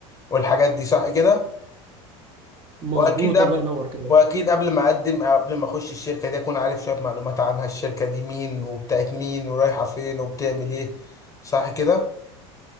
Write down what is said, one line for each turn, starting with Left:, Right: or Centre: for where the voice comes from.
Left: والحاجات دي صح كده
Right: مظبوط
Left: واكيد قبل
Right: الله ينور كده
Left: واكيد قبل ما اقدم أو قبل ما اخش الشركة دي اكون عارف شوية معلومات عنها الشركة دي مين وبتاعت مين ورايحة فين وبتعمل ايه صح كده